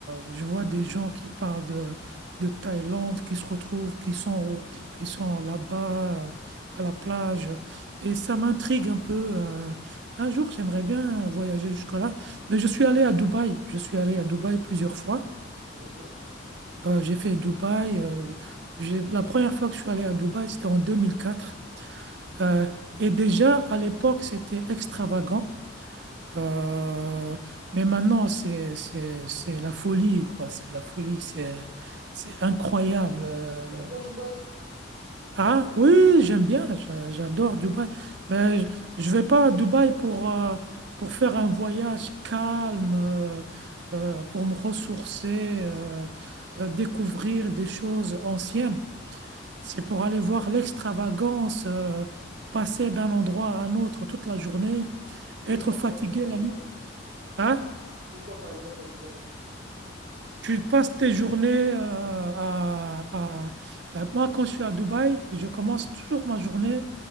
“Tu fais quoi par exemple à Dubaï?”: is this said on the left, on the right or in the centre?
Right